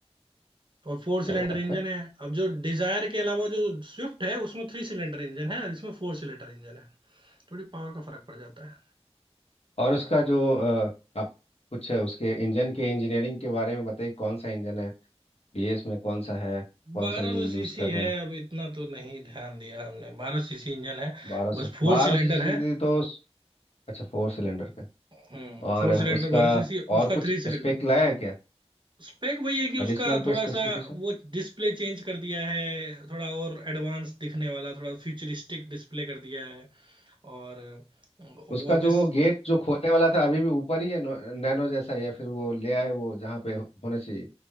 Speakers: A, on the right; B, on the left.
A: और फोर
B: क्या
A: सिलेंडर
B: बात
A: इंजन
B: है
A: है अब जो डिजायर के अलावा जो स्विफ्ट है उसमें थ्री सिलेंडर इंजन है और इसमें फोर सिलेंडर इंजन है थोड़ी पावर का फर्क पड़ जाता है
B: और उसका जो अ, आप कुछ है, उसके इंजन के इंजीनियरिंग के बारे में बताइए कौन सा इंजन है बीएस में कौन सा है कौन
A: बारह
B: सा ये
A: सौ
B: यूज़
A: सीसी
B: कर
A: है
B: रहे हैं
A: अब इतना तो नहीं ध्यान दिया हमने बारह सीसी इंजन है
B: बारह सौ
A: बस फोर
B: बारह
A: सिलेंडर
B: सौ सीसी
A: है
B: तो अच्छा फोर सिलेंडर का
A: हम्म
B: और
A: फोर सिलेंडर
B: उसका
A: बारह सीसी
B: और
A: उसका
B: कुछ
A: थ्री सिलेंडर
B: स्पेक लाया है क्या
A: स्पेक वही है कि उसका
B: एडिशनल
A: थोड़ा
B: को स्पेसिफिकेशन
A: सा वो डिस्प्ले चेंज कर दिया है थोड़ा और एडवांस दिखने वाला थोड़ा फ्यूचरिस्टिक डिस्प्ले कर दिया है और अ, वो
B: उसका
A: भी
B: जो वो गेट जो खोलने वाला था अभी भी ऊपर ही है नैनो जैसा या फिर वो ले आए वो जहाँ पे होना चाहिए